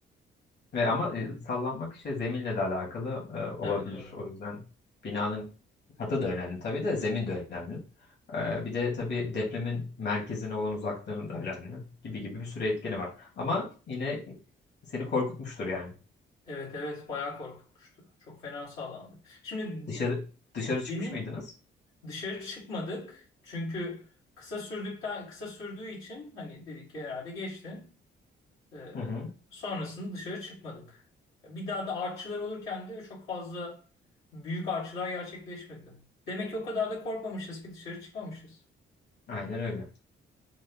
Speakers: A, on the left (about 60°); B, on the left (about 90°).
A: Ve ama e, sallanmak işte zeminle de alakalı e,
B: Evet
A: olabilir.
B: doğru.
A: O yüzden binanın katı da önemli tabii de zemin de önemli. E, bir de tabii depremin merkezine olan uzaklığının da önemli gibi gibi bir sürü etkeni var. Ama yine seni korkutmuştur yani.
B: Evet evet bayağı korkutmuştu. Çok fena sallandık. Şimdi
A: Dışarı dışarı
B: demin
A: çıkmış mıydınız?
B: Dışarı çıkmadık çünkü kısa sürdükten kısa sürdüğü için hani dedik ki herhalde geçti. Ee,
A: Hı hı.
B: sonrasında dışarı çıkmadık. Bir daha da artçılar olurken de çok fazla büyük artçılar gerçekleşmedi. Demek ki o kadar da korkmamışız ki dışarı çıkmamışız.
A: Aynen öyle.